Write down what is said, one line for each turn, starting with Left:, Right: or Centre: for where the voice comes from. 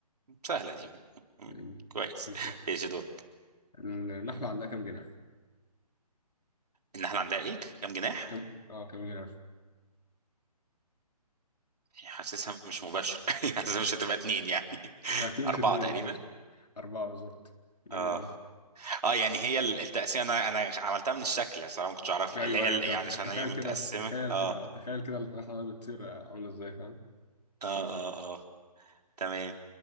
Right: سهلة دي <laughs> م-
Left: مم،
Right: كويس
Left: بالظبط
Right: ايش دورك
Left: النحلة عندها كام جناح؟
Right: النحلة عندها ايه كام جناح
Left: كم أه كام جناح؟
Right: حاسسها مش مباشر <laughs> حاسسها مش هتبقى اتنين يعني <laughs>
Left: أكيد مش
Right: أربعة
Left: اتنين
Right: تقريبا
Left: لا أربعة بالظبط جميل
Right: اه
Left: أوي
Right: اه يعني هي ال- التقسيمه انا انا عملتها من الشكل صراحه ما كنتش اعرفها
Left: أيوه
Right: اللي هي
Left: أيوه
Right: ال-
Left: أنت
Right: يعني عشان
Left: تخيل
Right: هي متقسمه
Left: كده تخيل
Right: اه
Left: كده تخيل كده الحلقة دي بتصير عاملة إزاي فاهم
Right: اه اه اه تمام